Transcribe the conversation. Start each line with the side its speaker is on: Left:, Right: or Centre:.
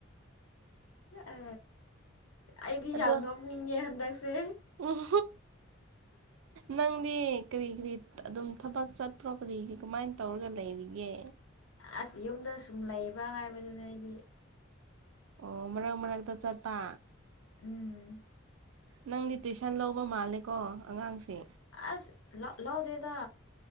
Left: ꯑ ꯑꯩꯗꯤ
Right: ꯑꯗꯣ
Left: ꯌꯥꯝ ꯅꯣꯛꯅꯤꯡꯉꯦ ꯍꯟꯗꯛꯁꯦ
Right: ꯎꯝ ꯅꯪꯗꯤ ꯀꯔꯤ ꯀꯔꯤ ꯑꯗꯨꯝ ꯊꯕꯛ ꯆꯠꯄ꯭ꯔꯣ ꯀꯔꯤꯒꯤ ꯀꯃꯥꯏꯅ ꯇꯧꯔꯒ ꯂꯩꯔꯤꯒꯦ
Left: ꯑꯁ ꯌꯨꯝꯗ ꯁꯨꯝ ꯂꯩꯕ ꯍꯥꯏꯕꯗꯨꯅ ꯑꯩꯗꯤ
Right: ꯑꯣ ꯃꯛ ꯃꯔꯛꯇ ꯆꯠꯄ
Left: ꯎꯝ
Right: ꯅꯪꯗꯤ ꯇꯨꯏꯁꯟ ꯂꯧꯕ ꯃꯥꯜꯂꯦꯀꯣ ꯑꯉꯥꯡꯁꯦ
Left: ꯑꯁ ꯂꯧꯗꯦꯗ